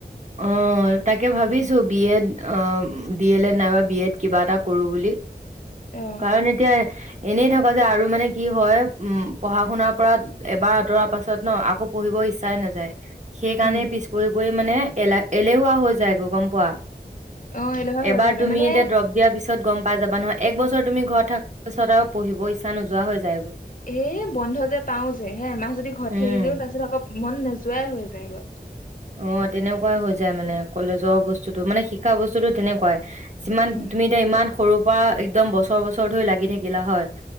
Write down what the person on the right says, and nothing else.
অ' তাকে ভাবিছো B Ed D El Ed নাইবা বি এড কিবা এটা কৰো বুলি।
কাৰণ এতিয়া। এনেই থকা যে, আৰু মানে কি হয় উম পঢ়া শুনাৰ পৰা এবাৰ আঁতৰাৰ পাছত ন, আকৌ পঢ়িব ইচ্ছাই নাযায়। সেইকাৰণে
পিছ পৰি-পৰি মানে। <unintelligible> এলেহুৱা হৈ যায় গ গম পোৱা
এবাৰ
তুমি
এতিয়া দ্ৰব দিয়াৰ পিছত গম পাই যাবা নহয়। এক বছৰ। পাছ তুমি ঘৰত থকাৰ পিছত আৰু পঢিব ইচ্ছা নযোৱা হৈ যায়গৈ।
উম
অ' তেনেকুৱাই হৈ যায় মানে কলেজৰ বস্তুতটো মানে শিক্ষা বস্তুতটো তেনেকুৱাই। যিমান
তুমি এতিয়া ইমান সৰু পৰা একদম বছৰ-বছৰ ধৰি লাগি থাকিলা হয়।